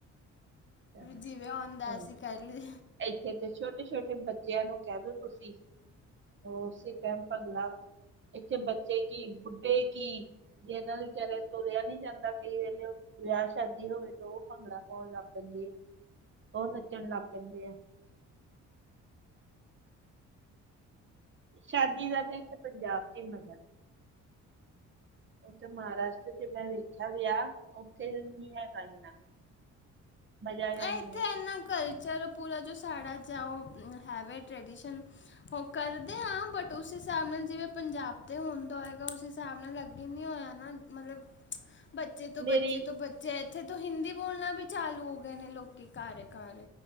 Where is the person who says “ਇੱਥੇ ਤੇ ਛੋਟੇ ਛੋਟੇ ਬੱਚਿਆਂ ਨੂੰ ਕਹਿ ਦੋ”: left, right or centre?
Right